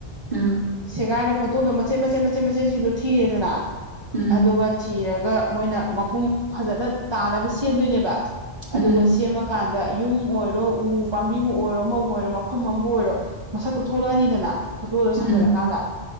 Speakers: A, on the right (about 45°); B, on the right (about 25°).
A: ꯎꯝ
B: ꯁꯦꯒꯥꯏꯔ ꯐꯣꯇꯣꯗꯣ ꯃꯆꯦꯠ ꯃꯆꯦꯠ ꯃꯆꯦꯠ ꯃꯆꯦꯠꯁꯤꯡꯗꯣ ꯊꯤꯔꯦꯗꯅ
A: ꯎꯝ
B: ꯑꯗꯨꯒ ꯊꯤꯔꯒ ꯃꯣꯏꯅ ꯃꯄꯨꯝ ꯐꯖꯅ ꯇꯥꯅꯕ ꯁꯦꯝꯗꯣꯏꯅꯦꯕ ꯑꯗꯨꯒ
A: ꯎꯝ
B: ꯁꯦꯝꯃ ꯀꯥꯟꯗ ꯌꯨꯝ ꯑꯣꯏ ꯔꯣ ꯎ ꯄꯥꯝꯕꯤꯕꯨ ꯑꯣꯏꯔꯣ ꯑꯃꯕꯨ ꯑꯣꯏꯔꯣ ꯃꯐꯝ ꯑꯃꯕꯨ ꯑꯣꯏꯔꯣ ꯃꯁꯛꯇꯨ ꯊꯣꯛꯂꯛꯑꯅꯤꯗꯅ ꯐꯣꯇꯣꯗꯣ
A: ꯎꯝ
B: ꯁꯝꯖꯜꯂꯀꯥꯟꯗ